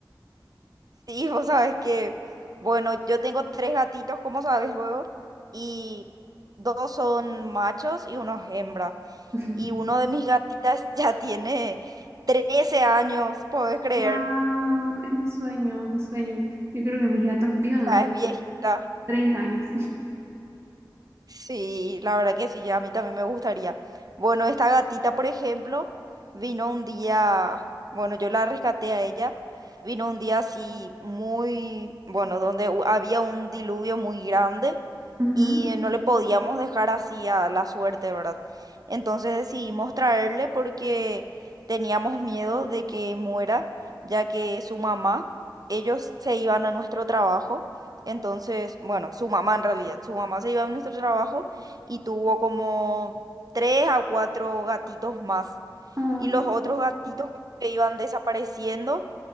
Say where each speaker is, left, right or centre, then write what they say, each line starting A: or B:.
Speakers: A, on the right; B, on the right.
A: sí, vos sabes que, bueno, yo tengo tres gatitos, como sabes luego, y dos son machos y uno es hembra.
B: <laughs>
A: Y uno de mis gatitas <laughs> ya tiene 13 años, ¿podés creer?
B: Wow, es mi sueño, mi sueño. Yo creo que mis gatos vivan,
A: Ya
B: no
A: es viejita.
B: sé, 30 años.
A: Sí, la verdad que sí, ya a mí también me gustaría. Bueno, esta gatita, por ejemplo, vino un día, bueno, yo la rescaté a ella, vino un día así muy, bueno, donde hu- había un diluvio muy grande
B: <laughs> Ujú.
A: y no le podíamos dejar así a la suerte, ¿verdad? Entonces decidimos traerle porque teníamos miedo de que muera, ya que su mamá, ellos se iban a nuestro trabajo entonces, bueno, su mamá en realidad, su mamá se iba a nuestro trabajo y tuvo como tres a cuatro gatitos más.
B: Ay,
A: Y los otros gatitos como que iban desapareciendo